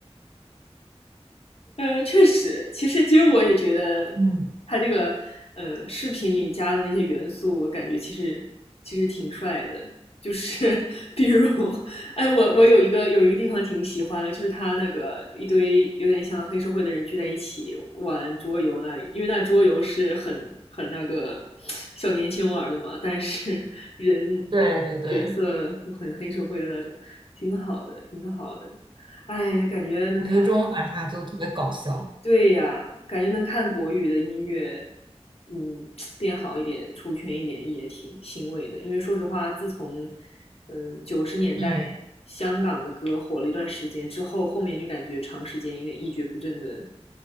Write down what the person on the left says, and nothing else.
呃，确实，其实其实我也觉得，
他这个呃视频里加的那些元素，我感觉其实其实挺帅的。就是 <laughs> 比如，哎，我我有一个有一个地方挺喜欢的，就是他那个一堆有点像黑社会的人聚在一起玩桌游那里，因为那桌游是很很那个小年轻玩的嘛，但是 <laughs> 人
角色又很黑社会的那种，挺好的，挺好的。哎呀，感觉能看。
对呀，感觉能看国语的音乐，嗯，<tsk> 变好一点、出圈一点也挺欣慰的。因为说实话，自从嗯九十年代
香港的歌火了一段时间之后，后面就感觉长时间有点一蹶不振的